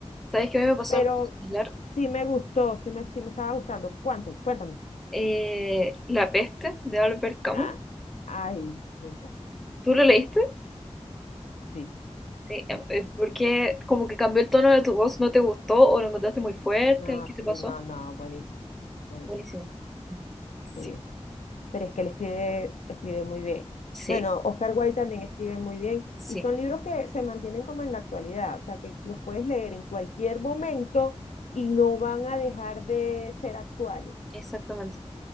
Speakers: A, in the centre; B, on the left.
A: ¿sabes que a mí me pasó
B: Pero
A: algo similar?
B: sí me gustó, sí me, sí me estaba gustando. Cuéntame, cuéntame.
A: Eh, La peste de Albert Camus.
B: Ah, ay, me encanta.
A: ¿Tú lo leíste?
B: Sí,
A: Sí, eh, eh, porque como que cambió el tono de tu voz, ¿no te gustó o lo encontraste muy fuerte?
B: no,
A: ¿Qué
B: sí,
A: te pasó?
B: no, no, buenísimo, buenísimo,
A: Buenísimo. Mm, Sí,
B: sí. Pero es que él escribe, escribe muy bien.
A: sí,
B: Bueno, Oscar Wilde también escribe muy bien
A: sí,
B: y son libros que se mantienen como en la actualidad, o sea, que los puedes leer en cualquier momento y no van a dejar de ser actuales.
A: exactamente.